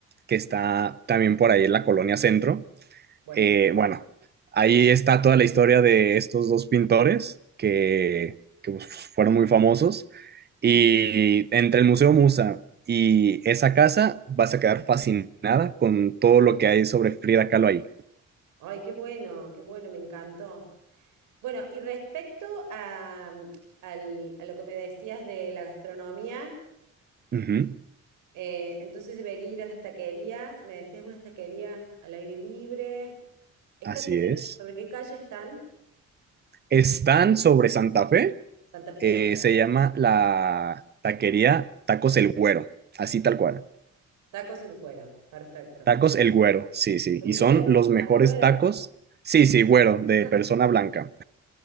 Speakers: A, on the right; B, on the right.
A: que está también por ahí en la Colonia Centro.
B: Buenísimo.
A: Eh, bueno, ahí está toda la historia de estos dos pintores que, que pues, fueron muy famosos. Y entre el Museo Musa y esa casa vas a quedar fascinada con todo lo que hay sobre Frida Kahlo ahí.
B: Ay, qué bueno, qué bueno, me encantó. Bueno, y respecto a, al- a lo que me decías de la gastronomía.
A: Ujú,
B: Eh, entonces debería ir a las taquerías. Me decías unas taquerías al aire libre. ¿Está
A: Así
B: sobre,
A: es.
B: sobre qué calle están?
A: Están sobre Santa Fe
B: Santa Fe,
A: Eh,
B: ok.
A: se llama la taquería Tacos El Güero, así tal cual.
B: Tacos el cuero, perfecto.
A: Tacos El Güero, sí, sí.
B: El
A: Y
B: güero,
A: son los mejores
B: al güero.
A: tacos. Sí, sí, güero, de
B: <laughs>
A: persona blanca.